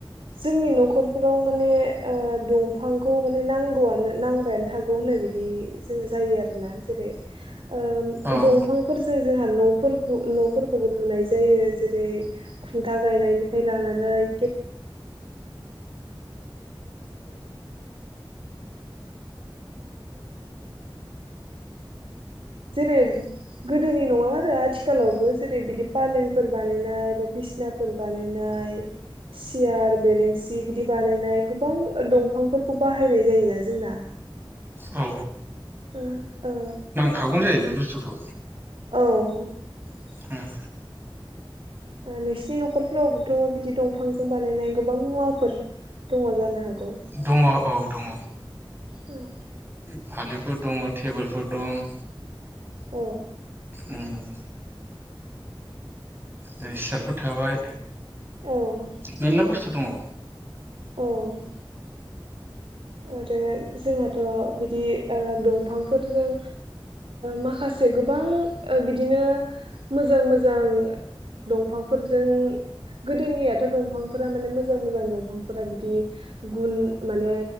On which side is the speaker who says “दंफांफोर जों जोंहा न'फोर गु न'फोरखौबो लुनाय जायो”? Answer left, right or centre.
Right